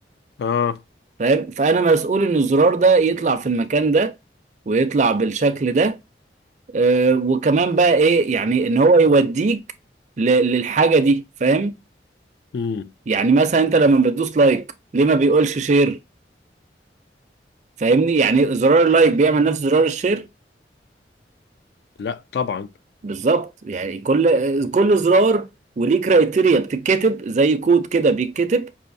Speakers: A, on the left; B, on the right.
A: اه
B: فاهم فانا مسؤول ان الزرار ده يطلع في المكان ده ويطلع بالشكل ده آه، وكمان بقى ايه يعني ان هو يوديك ل- للحاجه دي فاهم
A: امم
B: يعني مثلا انت لما بتدوس لايك ليه ما بيقولش شير فاهمني يعني زرار اللايك بيعمل نفس زرار الشير
A: لا طبعا
B: بالظبط يعني كل كل زرار وليه كرايتيريا بتتكتب زي كود كده بيتكتب